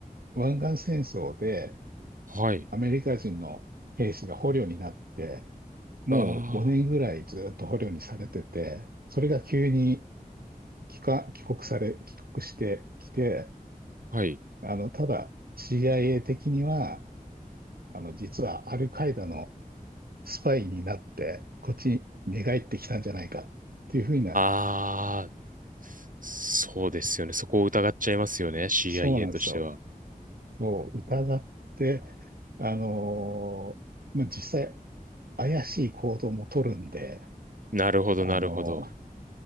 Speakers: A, on the right; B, on the right.
A: 湾岸戦争で
B: はい。
A: アメリカ人の兵士が捕虜になって、もう5年ぐらいずっと捕虜にされてて、
B: あ
A: それが急に帰化帰国され、帰国してきて、
B: あ、はい。
A: あの、ただ CIA 的には、あの、実はアルカイダのスパイになって、こっちに寝返ってきたんじゃないかっていうふうな、
B: あ、そうですよね。そこを疑っちゃいますよね。CIA
A: そうなんですよ。
B: としては。
A: もう疑って、あのまあ、実際怪しい行動も取るんで、
B: なるほど、
A: あの
B: なるほど。